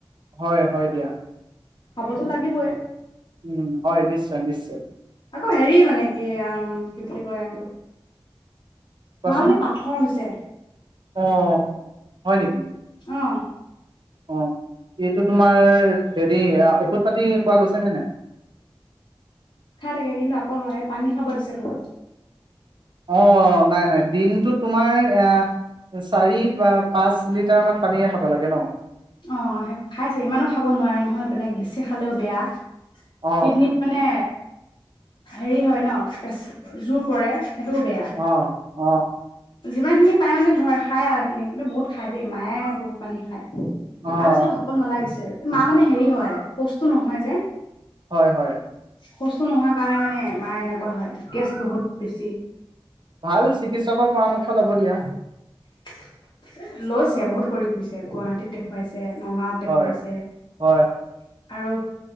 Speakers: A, on the right; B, on the left.
A: হয় হয় দিয়া
B: খাবতো লাগিবই
A: উম হয় নিশ্চয় নিশ্চয়
B: আকৌ হেৰি মানে কি কি বুলি কয়
A: কোৱাচোন
B: মা মানে পাথৰ হৈছে
A: আহ হয় নেকি
B: অ
A: অ এইটো তোমাৰ হেৰি ঔষধ পাতি খোৱা গৈছে নে নাই
B: খাই থাকে কিন্তু আকৌ হয় পানী খাব দিছে বহুত
A: অ নাই নাই দিনটোত তোমাৰ এ চাৰি পাঁচ লিটাৰ মান পানী খাব লাগে ন
B: অ সেই খাইছে ইমানো খাব নোৱাৰে নহয় মানে বেছি খালেও বেয়া
A: অ
B: কীডনীত মানে হেৰি হয় ন পচ জোৰ পৰে সেইটোও বেয়া
A: অ অ
B: যিমান খিনি পায় মানে ধৰে খায় আৰু সেইখিনি কিন্তু বহুত খাই দেই মায়ে বহুত পানী খায়
A: অ অ
B: তাৰপিছতো হবত নালাগিছিল মা মানে হেৰি হয় খোচটো নহয় যে
A: হয় হয়
B: সুস্থ নোহোৱাৰ কাৰণে মানে মাৰ এনেকুৱা হয় গেছ বহুত বেছি
A: ভাল চিকিৎসকৰ পৰামৰ্শ ল'ব দিয়া
B: এ লৈছে বহুত কৰিব ফুৰিছে গুৱাহাটীত দেখুৱাইছে নগাঁৱত দেখুৱাইছে
A: হয় হয় হয়
B: আৰু